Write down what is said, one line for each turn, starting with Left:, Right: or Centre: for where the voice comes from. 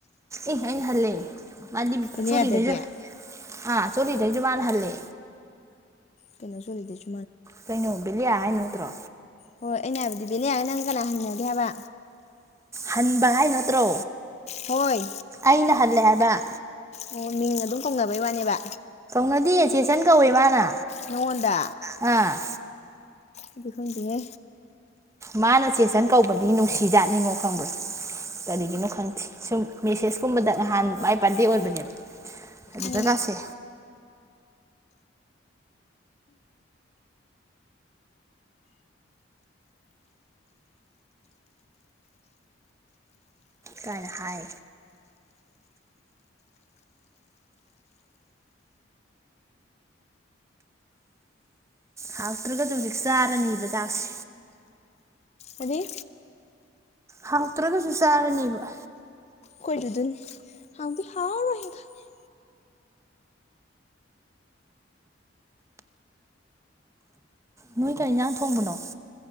Right: ꯏ ꯑꯩꯅꯥ ꯍꯜꯂꯦ ꯃꯥꯗꯤ <inaudible>
Left: ꯕꯦꯂꯤꯌꯥꯗꯒꯤ
Right: ꯑꯥ <inaudible> ꯍꯥꯏꯜꯂꯦ
Left: ꯀꯩꯅꯣ <inaudible>
Right: ꯀꯩꯅꯤ ꯀꯇ꯭ꯔꯣ
Left: ꯍꯣꯏ ꯑꯩꯅ ꯍꯥꯏꯕꯗꯤ ꯕꯦꯅꯤꯌꯥ ꯒ ꯅꯪ ꯀꯅꯥ ꯍꯪꯅꯒꯦ ꯍꯥꯏꯕ
Right: ꯍꯟꯕ ꯍꯥꯏ ꯅꯠꯇ꯭ꯔꯣ
Left: ꯍꯣꯏ
Right: ꯑꯩꯅꯍꯜꯂꯦ <unintelligible>
Left: ꯑꯣ ꯃꯤꯡ ꯑꯗꯨꯝ ꯀꯧꯅꯩ ꯋꯥꯅꯦꯕ꯫
Right: ꯅꯗꯤ ꯆꯦꯆꯟ ꯀꯧꯋꯦ ꯃꯥꯅ꯫
Left: ꯅꯉꯣꯟꯗ꯫
Right: ꯑꯥ
Left: ꯑꯗꯨꯈꯪꯗꯦꯍꯦ꯫
Right: ꯃꯥꯅ ꯆꯦꯆꯟ ꯀꯧꯕꯗꯤ ꯅꯨꯡꯁꯤꯖꯥꯠꯅꯤꯡꯉꯣ ꯈꯪꯕ꯭ꯔꯥ꯫ ꯀꯔꯤꯒꯤꯅꯣ ꯈꯪꯗꯦ ꯁꯨꯝ꯫ ꯃꯦꯁꯦꯁꯀꯨꯝꯕꯗ ꯅꯍꯥꯟ ꯃꯥꯏ ꯕꯥꯔꯗꯦ ꯑꯣꯏꯕꯅꯦꯕ ꯑꯗꯨꯗꯒꯥꯁꯦ꯫
Left: ꯎꯝ
Right: ꯀꯥꯏꯅ ꯍꯥꯏ꯫ ꯍꯥꯎꯇ꯭ꯔꯒꯁꯨ ꯍꯧꯖꯤꯛ ꯆꯥꯔꯅꯤꯕ ꯆꯥꯛꯁꯦ꯫
Left: ꯑꯗꯩ
Right: ꯍꯥꯎꯇ꯭ꯔꯒꯁꯨ ꯆꯥꯔꯅꯦꯕ꯫
Left: ꯈꯣꯏꯖꯨꯗꯨꯅꯤ ꯍꯥꯎꯗꯤ ꯍꯥꯎꯔꯣꯏꯍꯦ ꯈꯪꯉꯦ꯫
Right: ꯅꯣꯏ ꯀꯩ ꯏꯟꯖꯥꯡ ꯊꯣꯡꯕꯅꯣ꯫